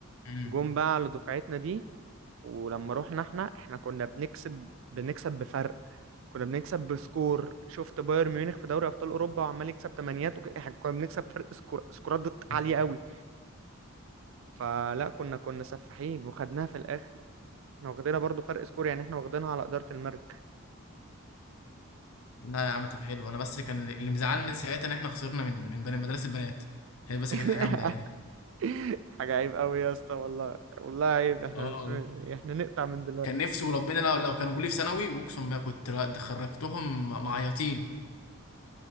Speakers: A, on the left; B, on the right.
A: مم.
B: جم بقى على دفعتنا دي ولما رحنا احنا احنا كنا بنكسب بنكسب بفرق كنا بنكسب بسكور شفت بايرن ميونخ في دوري ابطال اوروبا وعمال يكسب تمانيات وك... احنا كنا بنكسب فرق سكور سكورات ضد عاليه
A: آه.
B: قوي فلا كنا كنا سفاحين وخدناها في الاخر احنا واخدينها برضو فرق سكور يعني احنا واخدينها على اداره المرج
A: لا يا عم طب حلو انا بس اللي كان اللي مزعلني ساعتها ان احنا خسرنا من من بني مدرسه البنات هي بس
B: <laughs>
A: كانت حاجه مضايقاني
B: حاجه عيب قوي يا اسطى والله والله عيب احنا
A: اه والله
B: احنا نقطع من دلوقتي
A: كان نفسي وربنا لو لو كانوا جولي في ثانوي واقسم بقى كنت لا ده خرجتهم م- معيطين